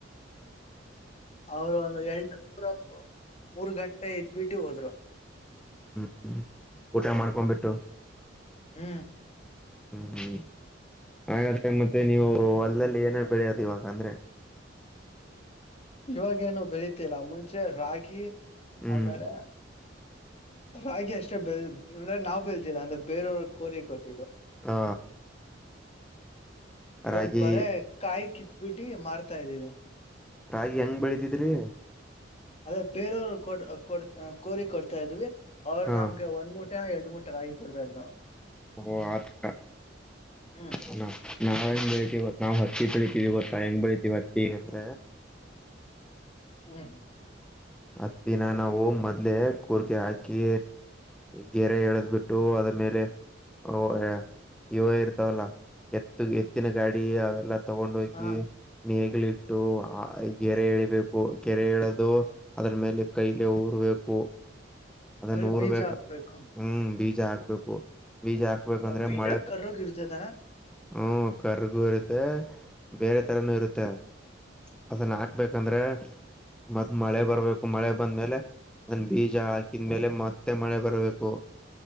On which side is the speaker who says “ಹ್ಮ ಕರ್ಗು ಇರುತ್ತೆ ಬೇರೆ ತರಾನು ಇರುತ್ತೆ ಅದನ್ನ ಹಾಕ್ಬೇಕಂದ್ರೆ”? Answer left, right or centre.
Centre